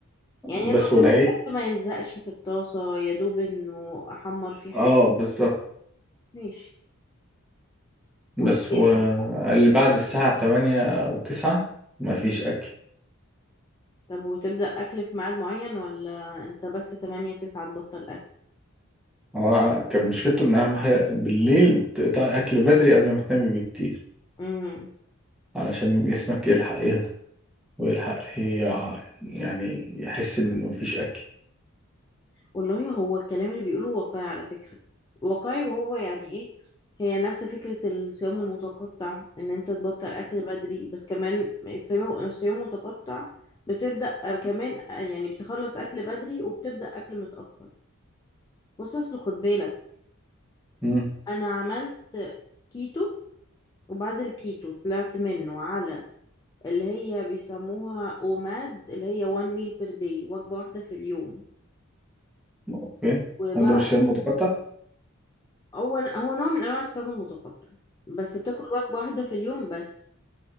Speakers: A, on the left (about 20°); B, in the centre.
A: يعني يا
B: بس
A: دوب
B: والعيق
A: ان الاكل ما يلزقش في الطاسة يا دوب انه احمر فيه حاجة
B: اه بالظبط
A: ماشي وايه
B: بس هو
A: تاني
B: قال لي بعد الساعه 8 او 9 ما فيش اكل
A: طب وتبدأ اكل في ميعاد معين ولا انت بس 8 9 تبطل اكل
B: هو كان مشكلته ان اهم حاجه بالليل تقطع اكل بدري قبل ما تنامي بكتير
A: امم
B: علشان جسمك يلحق يهدى ويلحق يع- يعني يحس ان مفيش اكل
A: والله هو الكلام اللي بيقوله واقعي على فكرة واقعي وهو يعني ايه هي نفس فكرة الصيام المتقطع ان انت تبطل اكل بدري بس كمان الصيام الصيام المتقطع بتبدأ كمان يعني بتخلص اكل بدري وبتبدأ اكل متأخر بص اصل خد بالك
B: امم
A: انا عملت كيتو وبعد الكيتو طلعت منه على اللي هي بيسموها اوماد اللي هي one meal per day وجبة واحدة في اليوم
B: اوكي
A: وبعد
B: هو ده مش شايف متقطع
A: هو هو نوع من انواع الصيام المتقطع بس بتاكل وجبة واحدة في اليوم بس